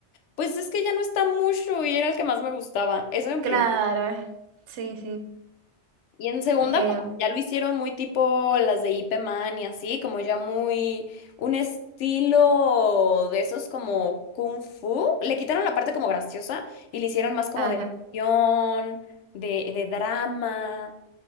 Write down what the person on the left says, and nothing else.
pues es que ya no está mucho y era el que más me gustaba. Eso en
primera.
Y en segunda,
como que ya lo hicieron muy tipo las de Ip Man y así, como ya muy un estilo de esos como kung fu. Le quitaron la parte como graciosa y le hicieron más como
de acción, de, de drama.